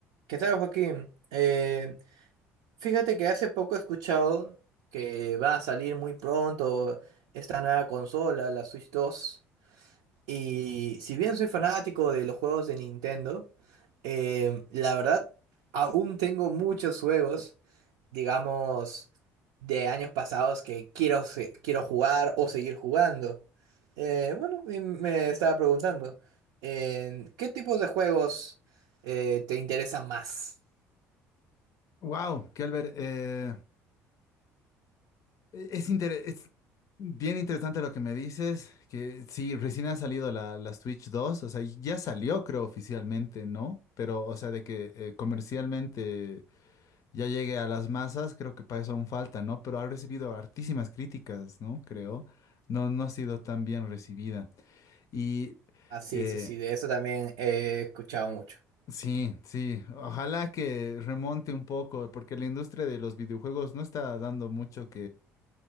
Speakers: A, on the right; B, on the left.
A: ¿Qué tal, Joaquín? Eh, fíjate que hace poco he escuchado que va a salir muy pronto esta nueva consola, la Switch dos. Y si bien soy fanático de los juegos de Nintendo, eh, la verdad aún tengo muchos juegos, digamos, de años pasados que quiero, se- quiero jugar o seguir jugando. Eh, bueno, y me estaba preguntando, eh, ¿qué tipos de juegos eh, te interesan más?
B: Wow, Kelber, eh, es, inter- es bien interesante lo que me dices, que sí, recién ha salido la, la Switch dos, o sea, ya salió creo oficialmente, ¿no? Pero, o sea, de que eh, comercialmente ya llegue a las masas, creo que para eso aún falta, ¿no? Pero ha recibido hartísimas críticas, ¿no? Creo, no, no ha sido tan bien recibida. Y
A: Ah, sí,
B: eh,
A: sí, sí, de eso también he escuchado mucho.
B: sí, sí, ojalá que remonte un poco, porque la industria de los videojuegos no está dando mucho